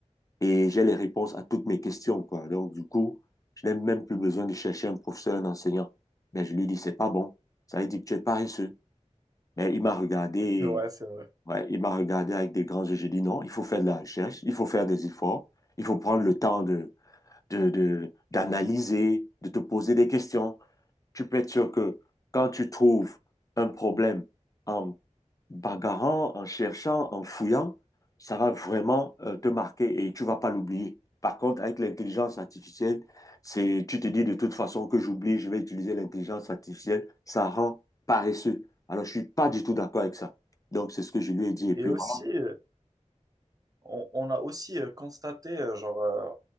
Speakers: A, on the left (about 30°); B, on the right (about 30°).
A: et j'ai les réponses à toutes mes questions, quoi. Donc, du coup, je n'ai même plus besoin de chercher un professeur, un enseignant. Mais je lui dis, c'est pas bon. Ça veut dire que tu es paresseux. Mais il m'a regardé,
B: Ouais, c'est vrai.
A: ouais, il m'a regardé avec des grands yeux. J'ai dit, non, il faut faire de la recherche, il faut faire des efforts, il faut prendre le temps de, de, de- d'analyser, de te poser des questions. Tu peux être sûr que quand tu trouves un problème en bagarrant, en cherchant, en fouillant, ça va vraiment euh, te marquer et tu vas pas l'oublier. Par contre, avec l'intelligence artificielle, c'est, tu te dis de toute façon que j'oublie, je vais utiliser l'intelligence artificielle, ça rend paresseux. Alors, je suis pas du tout d'accord avec ça. Donc, c'est ce que je lui ai dit. Et
B: Et
A: puis,
B: aussi,
A: voilà.
B: euh, on, on a aussi euh, constaté, euh, genre, euh,